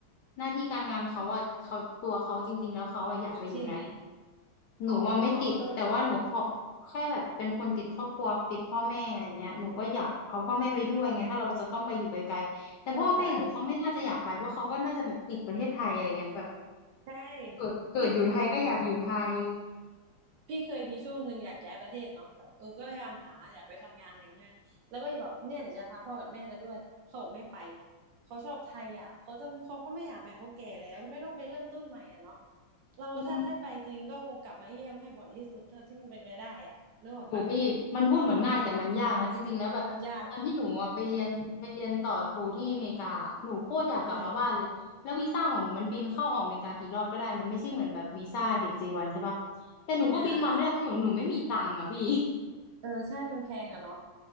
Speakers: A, on the left; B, on the right.
A: หน้าที่การงานเขาอ่ะเขาตัวเขาจริงๆแล้วเขาอ่ะอยากไปอยู่ไหน
B: อยู่ที่ไหน
A: หนูว่าไม่ติดแต่ว่าหนูขอแค่แบบเป็นคนติดครอบครัวติดพ่อแม่อะไรเงี้ยหนูก็อยากเอาพ่อแม่ไปด้วยไงถ้าเราจะต้องไปอยู่ไกลๆแต่พ่อแม่หนูเขาไม่น่าจะอยากไปเพราะเขาก็น่าจะแบบติดประเทศไทยอะไรเงี้ยแบบ
B: อ๋อเออเข้าใจเออใช่
A: เกิดเกิดอยู่ไทยก็อยากอยู่ไทย
B: พี่เคยสะ พี่เคยมีช่วงหนึ่งอยากย้ายประเทศเนาะแบบเออก็พยายามหาอยากไปทำงานอะไรอย่างเงี้ยใช่ไหมแล้วก็จะบอกเนี่ยเดี๋ยวจะพาพ่อกับแม่มาด้วยเขาบอกไม่ไปเขาชอบไทยอ่ะเขาจะเขาก็ไม่อยากไปเขาแก่แล้วเขาไม่ต้องไปเริ่มต้นใหม่อ่ะเนาะเราถ้าได้ไปจริงก็คงกลับมาเยี่ยมให้บ่อยที่สุดเท่าที่มันเป็นไปได้อ่ะนึกออกปะ
A: อืมโหพี่มันพูดเหมือนง่ายแต่มันยากนะจริงๆแล้วแบบตอนที่หนูอะไปเรียนไปเรียนต่อโทที่อเมริกาหนูโคตรอยากกลับมาบ้านเลยแล้ววีซ่าของหนูมันบินเข้าออกอเมริกากี่รอบก็ได้มันไม่ใช่เหมือนแบบวีซ่าเด็กเจวันใช่ปะ
B: มันยากเออ
A: แต่หนูก็บินมาไม่ได้เพราะหนูหนูไม่มีตังค์อะพี่
B: อ่าอ่าอ่าเออใช่มันแพงอ่ะเนาะ